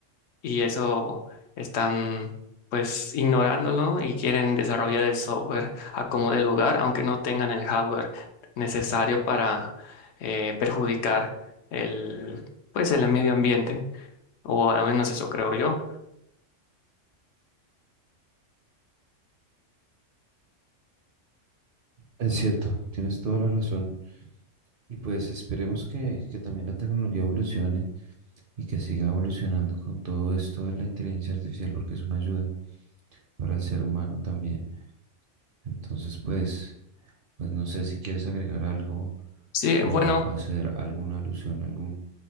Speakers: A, on the left; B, on the right.
A: y eso están pues ignorándolo y quieren desarrollar el software a como de lugar, aunque no tengan el hardware necesario para eh, perjudicar el pues el medio ambiente, o al menos eso creo yo.
B: Es cierto, tienes toda la razón. Y pues esperemos que, que también la tecnología evolucione y que siga evolucionando con todo esto de la inteligencia artificial porque es una ayuda para el ser humano también. Entonces, pues, pues no sé si quieres agregar algo
A: Sí,
B: o
A: bueno.
B: hacer alguna alusión, algún